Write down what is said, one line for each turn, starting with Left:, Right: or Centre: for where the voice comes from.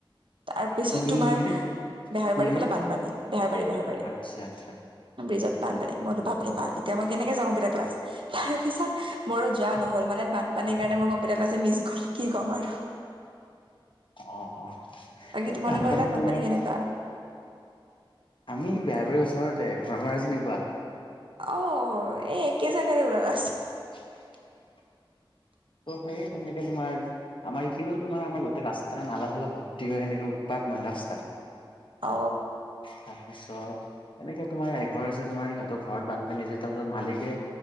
Right: তাৰপিছত
Left: কোনখিনি
Right: তোমাৰ
Left: কোনখিনি
Right: বেহাৰবাৰী
Left: কোনখিনি
Right: ফালে বানপানী, বেহাৰবাৰী বেহাৰবাৰী।
Left: আচ্ছা আচ্ছা।
Right: ব্ৰিজত বানপানী, মই বোলো বাপৰে বাপ এতিয়া মই কেনেকে যাওঁ কম্পিউটাৰ ক্লাছ? তাৰপিছত মোৰো যোৱা নহ'ল মানে বানপানীৰ কাৰণে মোৰ কম্পিটাৰ ক্লাছে মিচ গ'ল, কি কম আৰু।
Left: অ অ
Right: বাকী তোমালোকৰ
Left: বানপানী
Right: তাত
Left: তোমাৰ
Right: কেনেকুৱা
Left: আমি বেহাৰবাৰী ওচৰতে, ঘৰামাৰা চিনি পোৱা?
Right: অ এই একেই জাগাৰে ওলালা চোন।
Left: <inaudible> ত' সেই সেনেকে তোমাৰ, আমাৰ এইখিনিও তোমাৰ আমাৰ গোটেই ৰাস্তা নালা চালা ভৰ্তি হয় এনেকে উৎপাত মানে ৰাস্তা।
Right: অ
Left: তাৰপিছত এনেকে তোমাৰ এঘৰ আছে তোমাৰ সিহঁত ঘৰত বানপানী দিছে তাৰপিছত মালিকে,